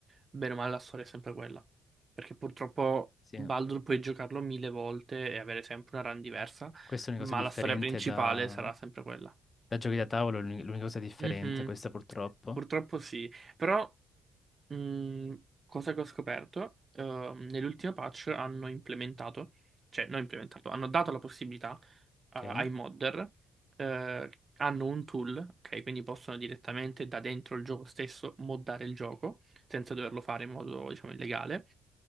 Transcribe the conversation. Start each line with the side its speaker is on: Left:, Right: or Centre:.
Right: bene o male la storia è sempre quella. Perché purtroppo
Left: Sì,
Right: Baldur puoi giocarlo mille volte e avere sempre una run diversa,
Left: questa è una
Right: ma
Left: cosa differente
Right: la storia principale
Left: da,
Right: sarà sempre quella.
Left: da giochi da tavolo, è l'unica l'unica cosa differente,
Right: Mhm,
Left: questa purtroppo.
Right: Purtroppo sì, però Mm, cosa che ho scoperto, ehm, nell'ultima patch hanno implementato, cioè non implementato, hanno dato la possibilità eh,
Left: Ok?
Right: ai modder, eh, hanno un tool, ok, quindi possono direttamente da dentro il gioco stesso moddare il gioco senza doverlo fare in modo, diciamo, illegale